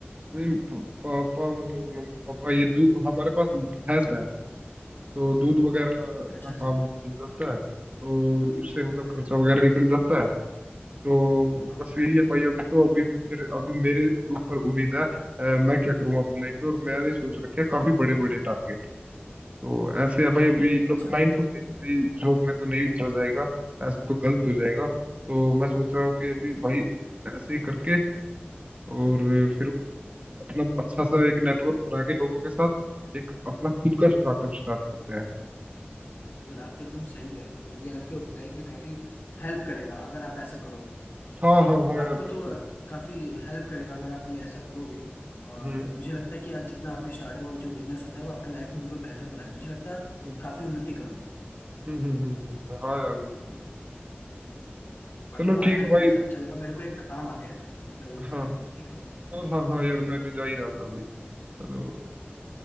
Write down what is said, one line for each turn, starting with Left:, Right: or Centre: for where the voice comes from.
Right: नहीं प- पापा मतलब मम्मी पापा ये दूध हमारे पास भैंस है तो दूध वगैरह
Left: अच्छा
Right: का
Left: अच्छा
Right: काम चल जाता है और उससे मतलब
Left: हाँ
Right: खर्चा
Left: हाँ
Right: वगैरह निकल जाता है तो
Left: हाँ,
Right: बस
Left: हाँ।
Right: यही है भाई अभी तो अभी फिर अभी मेरे ऊपर उम्मीद है अ, मैं क्या करूँ अपनी लाइफ में और मैंने सोच रखे हैं काफी बड़े बड़े टारगेट तो ऐसे है भाई अभी
Left: अच्छा
Right: नाइन
Left: हम्म,
Right: टू फाइव की जॉब में तो नहीं उलझा जाएगा ऐसे तो गलत हो जाएगा तो मैं सोच रहा हूँ कि अभी भाई
Left: हम्म।
Right: ऐसे ही करके और फिर अपना अच्छा सा एक नेटवर्क बना के लोगों के साथ एक अपना खुद का स्टार्टअप स्टार्ट करते हैं
Left: आप तो एकदम सही कह रहे हो मतलब ये आपके लाइफ में काफी हेल्प करेगा अगर आप ऐसा करोगे तो
Right: हाँ हाँ
Left: तो
Right: हाँ
Left: आपको
Right: यार बिल्कुल
Left: तो काफ़ी हेल्प करेगा अगर आप ये ऐसा करोगे और
Right: हम्म
Left: मुझे लगता है कि आज जितना आपने स्टार्टअप और जो बिजनेस होता है वो आपके लाइफ में बिल्कुल बेहतर बनाएगा मुझे लगता है आप
Right: हम्म
Left: काफ़ी उन्नति करोगे
Right: हम्म हम्म हम्म हम्म, हाँ यार बिल्कुल
Left: बाकी
Right: चलो
Left: बात
Right: ठीक
Left: करके
Right: है भाई
Left: आपसे अच्छा लगा मेरे को एक काम आ गया है, मैं वो
Right: हाँ
Left: कर लेता हूँ ठीक है
Right: हाँ हाँ हाँ यार मैं भी जा ही रहा था अभी चलो